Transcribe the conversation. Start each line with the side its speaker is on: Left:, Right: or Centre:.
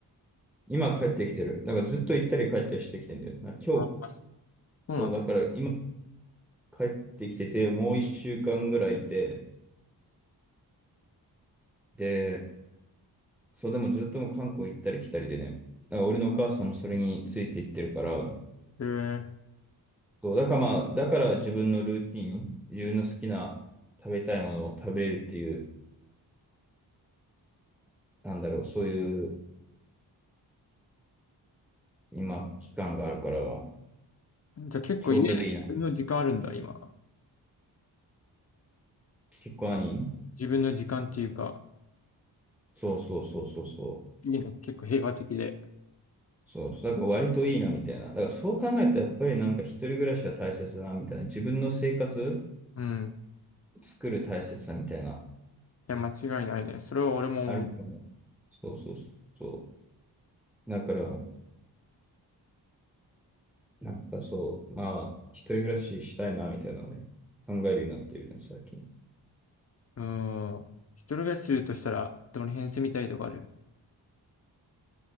Centre: 今帰ってきてる。なんかずっと行ったり帰ったりしてきてんだよ。なんか今日、
Left: あ、そうなんだ。
Centre: そうだから今帰ってきててもう一週間ぐらいいて、で、そう、でもずっともう韓国行ったり来たりでね。だから俺のお母さんもそれについていってるから、
Left: え
Centre: そう、だからまあ、だから自分のルーティン、自分の好きな食べたいものを食べれるっていう、なんだろう、そういう今、期間があるから、
Left: ー、じゃあ結構家、
Centre: ちょうどいいな。
Left: 自分の時間あるんだ、今。
Centre: 結構何
Left: 自分の時間っていうか、
Centre: そうそうそうそうそう。
Left: いいね、結構平和的で。
Centre: そう、だから割といいなみたいな。だからそう考えるとやっぱりなんか一人暮らしは大切だなみたいな。自分の生活
Left: うん。
Centre: を作る大切さみたいな。
Left: いや、間違いないね。それは俺も思う、
Centre: あるから。そうそうそう。だから、なんかそう、まあ、一人暮らししたいな、みたいなのね、考えるようになってるね、最近。
Left: うん。一人暮らしするとしたら、どの辺住みたいとかある